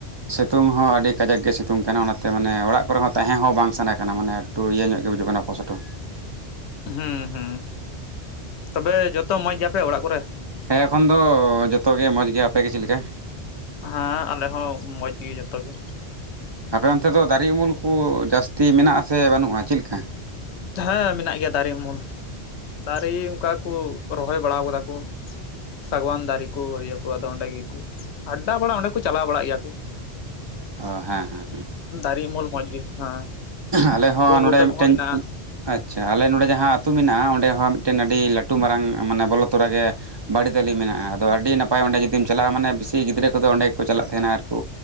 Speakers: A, on the right; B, on the left.
A: ᱥᱤᱛᱩᱝ ᱦᱚᱸ ᱟᱹᱰᱤ ᱠᱟᱡᱟᱠ ᱜᱮ ᱥᱤᱛᱩᱝ ᱠᱟᱱᱟ᱾ ᱚᱱᱟᱛᱮ ᱢᱟᱱᱮ ᱚᱲᱟᱜ ᱠᱚᱨᱮ ᱦᱚᱸ ᱛᱟᱦᱮ ᱦᱚᱸ ᱵᱟᱝ ᱥᱟᱱᱟ ᱠᱟᱱᱟ᱾ ᱢᱟᱱᱮ ᱴᱩ ᱤᱭᱟᱹ ᱧᱚᱜ ᱜᱮ ᱵᱩᱡᱩᱜ ᱠᱟᱱᱟ ᱠᱚᱥᱚᱴᱚ᱾
B: ᱦᱩᱸ ᱦᱩᱸ ᱛᱚᱵᱮ ᱡᱚᱛᱚ ᱢᱚᱸᱡᱽ ᱜᱮᱭᱟᱯᱮ ᱚᱲᱟᱜ ᱠᱚᱨᱮ?
A: ᱦᱮᱸ ᱮᱠᱷᱚᱱ ᱫᱚ ᱡᱚᱛᱚᱜᱮ ᱢᱚᱡᱽ ᱜᱮᱭᱟ᱾ ᱟᱯᱮ ᱜᱮ ᱪᱮᱫ ᱞᱮᱠᱟ?
B: ᱦᱮᱸ ᱟᱞᱮ ᱦᱚᱸ ᱢᱚᱡᱽ ᱜᱮ ᱡᱚᱛᱚ ᱜᱮ᱾
A: ᱟᱯᱮ ᱚᱱᱛᱮ ᱫᱚ ᱫᱟᱨᱮ ᱩᱢᱩᱞ ᱠᱚ ᱡᱟᱹᱥᱛᱤ ᱢᱮᱱᱟᱜ ᱥᱮ ᱵᱟᱹᱱᱩᱜᱼᱟ ᱪᱮᱫ ᱞᱮᱠᱟ?
B: ᱡᱟ ᱦᱮᱸ ᱢᱮᱱᱟᱜ ᱜᱮᱭᱟ ᱫᱟᱨᱮ ᱩᱢᱩᱞ ᱫᱟᱨᱮ ᱚᱱᱠᱟ ᱠᱚ ᱨᱚᱦᱚᱭ ᱵᱟᱲᱟ ᱠᱟᱫᱟ ᱠᱚ ᱥᱟᱜᱟᱣᱟᱱ ᱫᱟᱨᱮ ᱠᱚ ᱤᱭᱟᱹ ᱠᱚ ᱟᱫᱚ ᱚᱰᱮ ᱜᱮ ᱠᱚ ᱟᱰᱰᱟ ᱵᱟᱲᱟ ᱚᱸᱰᱮ ᱠᱚ ᱪᱟᱞᱟᱣ ᱵᱟᱲᱟᱜ ᱜᱮᱭᱟ ᱠᱚ᱾
A: ᱚ ᱦᱮᱸ ᱦᱮᱸ ᱦᱮᱸ
B: ᱫᱟᱨᱮ ᱩᱢᱩᱞ ᱢᱚᱸᱡᱽ ᱜᱮ ᱦᱮᱸ᱾
A: ᱟᱞᱮ ᱦᱚᱸ
B: ᱩᱞ
A: ᱱᱚᱸᱰᱮ
B: ᱵᱩᱴᱟᱹ
A: ᱢᱤᱫᱴᱮᱱ
B: ᱠᱚᱦᱚᱸ ᱢᱮᱱᱟᱜᱼᱟ
A: ᱟᱪᱪᱷᱟ ᱟᱞᱮ ᱱᱚᱰᱮ ᱡᱟᱦᱟᱸ ᱟᱹᱛᱩ ᱢᱮᱱᱟᱜᱼᱟ᱾ ᱚᱸᱰᱮ ᱦᱚᱸ ᱢᱤᱫ ᱢᱤᱫᱴᱮᱱ ᱟᱹᱰᱤ ᱞᱟᱹᱴᱩ ᱢᱟᱨᱟᱝ ᱢᱟᱱᱮ ᱵᱚᱞᱚ ᱛᱚᱨᱟ ᱜᱮ ᱵᱟᱹᱲᱤ ᱫᱟᱹᱞᱤ ᱢᱮᱱᱟᱜᱼᱟ᱾ᱟᱫᱚ ᱟᱹᱰᱤ ᱱᱟᱯᱟᱭ ᱚᱸᱰᱮ ᱡᱩᱫᱤᱢ ᱪᱟᱞᱟᱜᱼᱟ᱾ ᱢᱟᱱᱮ ᱵᱮᱥᱤ ᱜᱤᱫᱽᱨᱟᱹ ᱠᱚᱫᱚ ᱚᱸᱰᱮ ᱜᱮᱠᱚ ᱪᱟᱞᱟᱜ ᱛᱟᱦᱮᱱᱟ ᱟᱨᱠᱚ